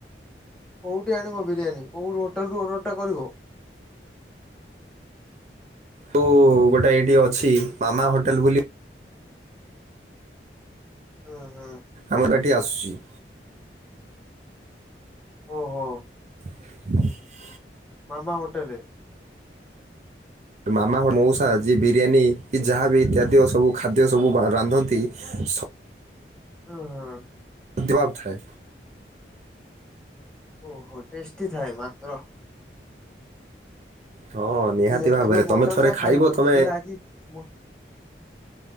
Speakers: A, in the centre; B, on the right.
A: କୋଉଠୁ ଆଣିବ ବିରିୟାନୀ କୋଉ ହୋଟେଲ ରୁ ଅର୍ଡରଟା କରିବ?
B: ତୁ ଗୋଟେ ଏଇଠି ଅଛି ମାମା ହୋଟେଲ ବୋଲି
A: ହୁଁ ହୁଁ।
B: ଆମର ଏଠି ଆସୁଛି।
A: ଓହୋ।
B: <unintelligible>
A: ମାମା ହୋଟେଲେ।
B: ମାମାଙ୍କ ମଉସା ଯିଏ ବିରିୟାନୀ କି ଯାହାବି ଇତ୍ୟାଦି ସବୁ ଖାଦ୍ୟ ସବୁ ରାନ୍ଧନ୍ତି। ସବ
A: ହୁଁ ହୁଁ।
B: ଅତିବାବ ଥାଏ।
A: ଓହୋ ଟେଷ୍ଟି ଥାଏ ମାତ୍ର
B: ହଁ ନିହାତି
A: ହେଲେ
B: ଭାବରେ
A: ଏବେ ମଟନଟା
B: ତମେ ଥରେ ଖାଇବ ତମେ
A: ଏବେ ହେଲେ ଆଜି ମ